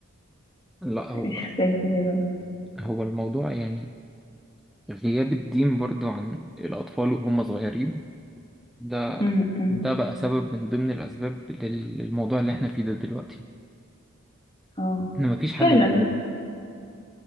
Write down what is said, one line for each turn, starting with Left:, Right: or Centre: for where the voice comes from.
Centre: لا
Left: <laughs>
Centre: هو
Left: يا ساتر يا رب
Centre: هو الموضوع يعني غياب الدين برضو عن الأطفال وهم صغيرين ده
Left: م- م.
Centre: ده بقى سبب من ضمن الأسباب لل- للموضوع اللي احنا فيه ده دلوقتي
Left: اه
Centre: إن مفيش حد
Left: فعلا
Centre: بيعلمهم